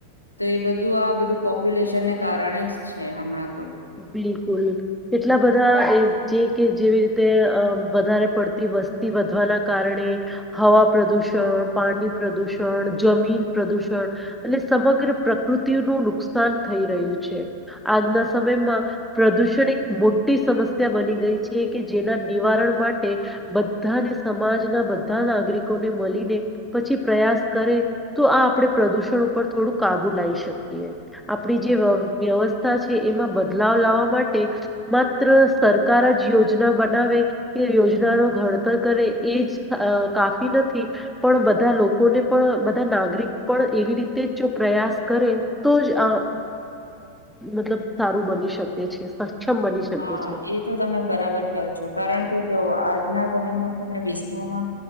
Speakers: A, on the left; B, in the centre.
A: તો એ બધું આ બધું પોપ્યુલેશનને કારણે જ છે હમણાં તો
B: બિલકુલ કેટલા બધા એ જે કે જેવી રીતે વધારે પડતી વ વસ્તી વધવાના કારણે હવા પ્રદુષણ પાણી પ્રદુષણ જમીન પ્રદુ ષણ અને સમગ્ર પ્રકૃતિ નું નુકસાન થઈ રહ્યું છે આજના સમયમાં પ્રદૂષણ એક મોટી સમસ્યા બની ગઈ છે કે જેના નિવારણ માટે બ બધાને સમાજના બધા નાગરિકોને મલીને પછી પ્રયાસ કરે તો આપણે પ્રદૂષણ ઉપર થોડું કાબુ લાવી શકીએ આપણી જે વ્યવસ્થા છે એમાં બ બદલાવ લાવવા માટે માત્ર સરકાર જ યોજના બનાવે એ યોજનાનો ઘ તર કરે એજ કાફી નથી પણ બધા લોકોને પણ બધા નાગરિક પણ એવી રીતે જ જો પ્રયાસ કરે તો જ આ મતલબ સારું બની શકે છે બની શકે
A: હા
B: છે
A: એ તો તમે બરાબર <unintelligible> છો કારણ કે જો આજના સમયમાં છે ને વિશ્વમાં